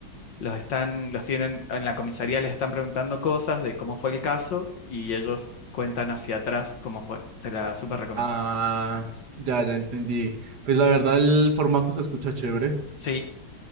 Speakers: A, on the left; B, on the right.
A: los están, los tienen en la comisaría, les están preguntando cosas de cómo fue el caso y ellos cuentan hacia atrás cómo fue. Te la súper recomiendo.
B: ah, ya, ya entendí. Pues la verdad el formato se escucha chévere.
A: Sí,